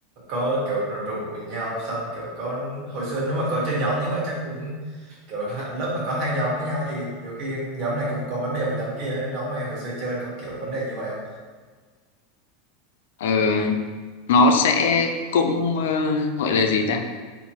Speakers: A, on the right (about 50°); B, on the left (about 85°).
A: Có kiểu rủ nhau xong kiểu có hồi xưa nếu mà có chơi nhóm như vậy chắc cũng kiểu ha- lớp mà có hai nhóm với nhau thì nhiều khi nhóm này cũng có vấn đề với nhóm kia ấy. nhóm mày hồi xưa chơi có kiểu vấn đề như vậy không
B: ờ, nó sẽ cũng ờ, gọi là gì ta